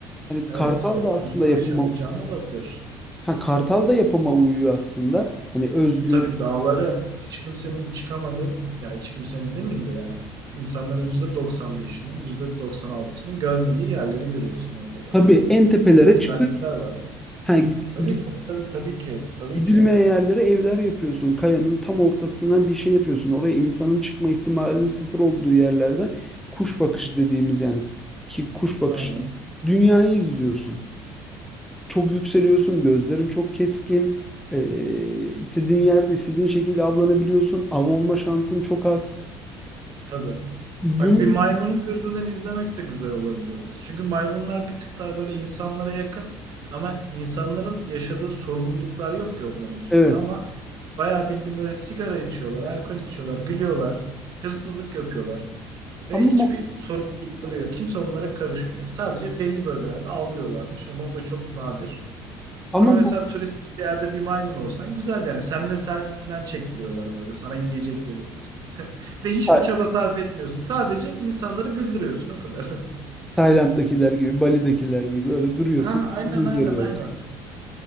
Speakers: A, in the centre; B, on the right.
A: Hani
B: Evet,
A: Kartal
B: okyanusta
A: da aslında yapıma
B: yaşayan bir canlı olabilir.
A: ha, Kartal da yapıma uyuyor aslında. Hani özgür.
B: Tabii dağlara hiç kimsenin çıkamadığı, ya hiç kimsenin demeyeyim de yani insanların %95'inin, %96'sının görmediği yerleri görüyorsun onda da.
A: Tabii en tepelere
B: Güzellikler
A: çıkıyorsun.
B: var.
A: Ha, gi-
B: Tabii tabii tabii tabii ki. Tabii
A: gidilmeyen
B: ki.
A: yerlere evler yapıyorsun. Kayanın tam ortasından bir şey yapıyorsun. Oraya insanın çıkma ihtimalinin sıfır olduğu yerlerden kuş bakışı dediğimiz yani ki kuş bakışı
B: Aynen.
A: dünyayı izliyorsun. Çok yükseliyorsun. Gözlerin çok keskin. Ee, istediğin yerde istediğin şekilde avlanabiliyorsun. Av olma şansın çok az.
B: Tabii.
A: Bunun
B: Bak bir maymunun gözünden izlemek de güzel olabilirdi. Çünkü maymunlar bir tık daha böyle insanlara yakın ama insanların yaşadığı sorumluluklar yok ki onların üstünde
A: evet.
B: ama bayağı bildiğin böyle sigara içiyorlar, alkol içiyorlar, gülüyorlar, hırsızlık yapıyorlar ve
A: Ama
B: hiçbir sorumlulukları yok. Kimse onlara karışmıyor. Sadece belli bölgelerde avlıyorlarmış ama o da çok nadir.
A: Ama
B: Ama
A: bu
B: mesela turistik bir yerde bir maymun olsan güzel yani. Seninle selfie falan çektiriyorlar böyle. Sana yiyecek veriyorlar. Ve hiçbir
A: Tay-
B: çaba sarf etmiyorsun. Sadece insanları güldürüyorsun o kadar. <laughs>
A: Tayland'dakiler gibi, Bali'dekiler gibi öyle duruyorsun.
B: Ha aynen
A: yüz
B: aynen
A: Veriyorlar.
B: aynen.